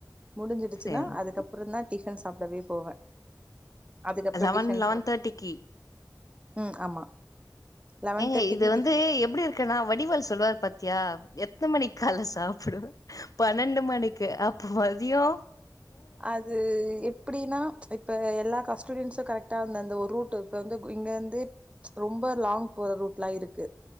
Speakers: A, on the right; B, on the left.
A: முடிஞ்சிடுச்சினா
B: சரிங்க
A: அதுக்கப்றோந்தா டிஃபன் சாப்டவே போவே அதுக்கப்றோ
B: லெவன்
A: டிஃபன்
B: லெவன்
A: சாப்ட்டு
B: தேர்ட்டிக்கு
A: ம் ஆமா லெவன்
B: ஏங்க
A: தேர்ட்டிக்கு
B: இது வந்து
A: டிஃப
B: எப்டி இருக்குன்னா வடிவேலு சொல்வாரு பாத்தியா எத்தன மணிக்கு கால்ல சாப்டுவ பன்னெண்டு மணிக்கு அப்ப மதியோ
A: அது எப் எப்டின்னா எல்லா கன்ஸ்டெண்ட்ஸும் கரெக்ட்டா அந்த அந்த ஒரு ரூட் இப்ப வந்து இங்கிருந்து ரொம்ப லாங் போற ரூட்லா இருக்கு